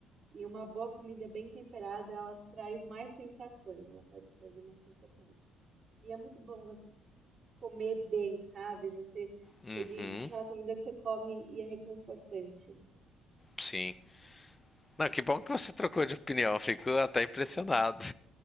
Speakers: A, on the right (about 40°); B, on the left (about 25°).
A: E uma boa comida bem temperada, ela traz mais sensações, ela pode trazer mais sensações. E é muito bom você comer bem, sabe? Você,
B: Uhum,
A: aquele, aquela comida que você come e é reconfortante.
B: sim. Não, que bom que você trocou de opinião, eu fico até impressionado.